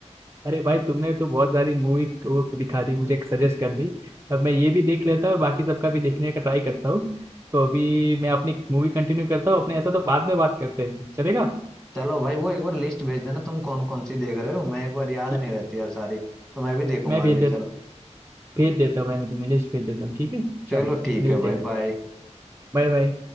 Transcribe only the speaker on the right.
अरे भाई तुमने तो बहुत सारी मूवी को दिखा दी मुझे सजेस्ट कर दी अब मैं ये भी देख लेता हूँ और बाकी सबका भी देखने का ट्राई करता हूँ तो अभी मैं अपनी मूवी कंटिन्यू करता हूँ अपने ऐसा तो बाद में बात करते हैं चलेगा
ठीक
है
मैं भेज
दे
भेज देता हूँ भाई मैं तुम्हें लिस्ट भेज देता हूँ ठीक है
चलो
मिलते
हैं
बाय बाय